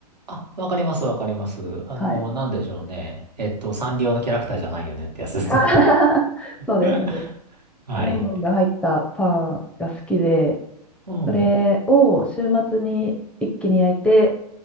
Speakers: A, on the right; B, in the centre.
A: あ、わかります、わかります。あの、
B: はい。
A: なんでしょうね。えっと、サンリオのキャラクターじゃないよねってやつですね。
B: あはは <laughs> そうです、
A: <laughs>
B: そうです。
A: はい。
B: シナモンが入ったパンが好きで、
A: うん。
B: それを週末に一気に焼いて、
A: あ